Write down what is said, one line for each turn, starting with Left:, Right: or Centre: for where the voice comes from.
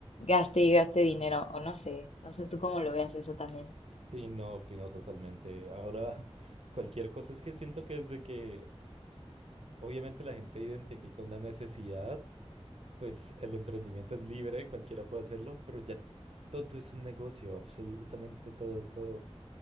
Left: Gaste y gaste dinero, o no sé, no sé tú cómo lo veas eso también.
Right: sí, no opino totalmente. Ahora, <laughs> cualquier cosa es que siento que desde que obviamente la gente identifica una necesidad, pues el emprendimiento es libre, cualquiera puede hacerlo, pero ya todo es un negocio, absolutamente todo, todo.